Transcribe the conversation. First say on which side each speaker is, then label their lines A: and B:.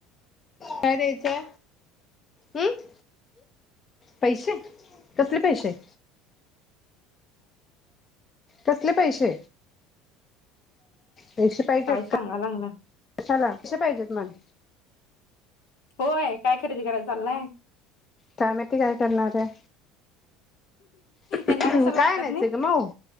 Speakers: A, on the left; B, on the left.
A: काय द्यायचय हम् पैशे कसले पैशे? कसले पैशे? पशे पाहिजे
B: काय सांगा
A: का
B: लागलाय
A: कशाला कशे पाहिजेत मला.
B: होय काय खरेदी करायला चाललाय?
A: कायमैती काय करणार आहे. काय
B: यांना कशाला लागतात
A: आणयचय
B: नाही
A: ग माऊ